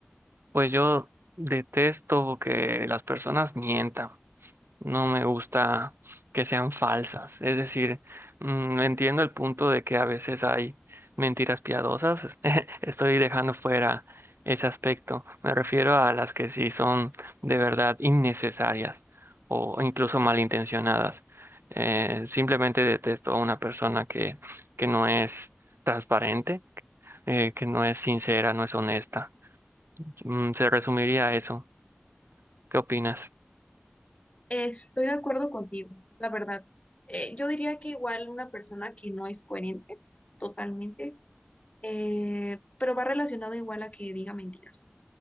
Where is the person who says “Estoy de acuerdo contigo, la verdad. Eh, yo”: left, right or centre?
Left